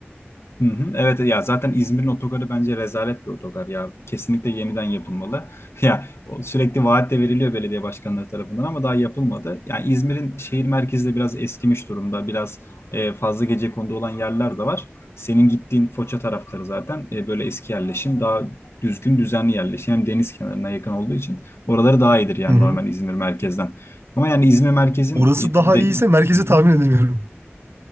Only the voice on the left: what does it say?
Hı hı. Evet ya zaten İzmir'in otogarı bence rezalet bir otogar ya. Kesinlikle yeniden yapılmalı. <laughs> Ya o sürekli vaat de veriliyor belediye başkanları tarafından ama daha yapılmadı. Yani İzmir'in şehir merkezi de biraz eskimiş durumda. Biraz e, fazla gecekondu olan yerler de var. Senin gittiğin Foça tarafları zaten e, böyle eski yerleşim daha düzgün düzenli yerleşim. Hem deniz kenarına yakın olduğu için oraları daha iyidir yani
normal İzmir merkezden. Ama yani İzmir merkezin
it-
de,
hı hı.